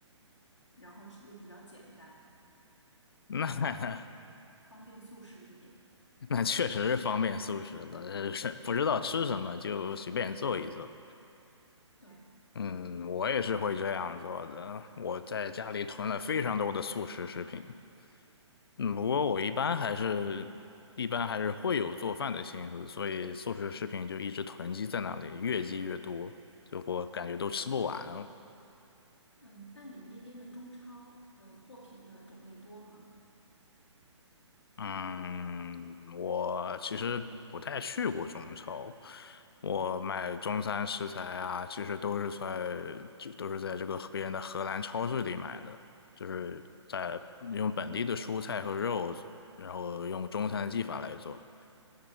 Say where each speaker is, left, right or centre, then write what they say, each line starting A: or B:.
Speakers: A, on the left; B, on the left.
A: 然后又比较简单，
B: 那
A: 就是
B: <laughs>
A: 方便速食一点。
B: <laughs> 那确实是方便素食的，呃是不知道吃什么就随便做一做。
A: 对，
B: 嗯，我也是会这样做的。我在家里囤了非常多的速食食品，嗯，不过我一般还是，一般还是会有做饭的心思，所以素食食品就一直囤积在那里，越积越多，就我感觉都吃不完。
A: 嗯，那你们那边的中超的货品的种类多吗？
B: 嗯，我其实不不太去过中超，我买中餐食材啊，其实都是在就都是在这个别人的荷兰超市里买的，就是在用本地的蔬菜和肉，然后用中餐的技法来做。